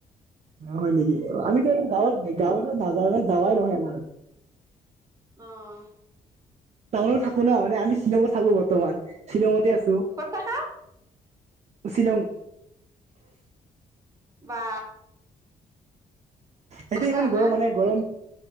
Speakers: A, on the right; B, on the right.
A: ন হয় নেকি আমিতো গাঁৱত গাঁৱত নাযা যাৱাই নহয় আমাৰ।
B: অহ।
A: টাউনত থাকো ন মানে আমি শ্বিলঙত থাকো বৰ্তমান শ্বিলঙতে আছো।
B: ক'ত থাকা
A: শ্বিলং।
B: বা।
A: সেটি
B: ঠাণ্ডা
A: ইমান গৰম
B: না?
A: মানে গৰম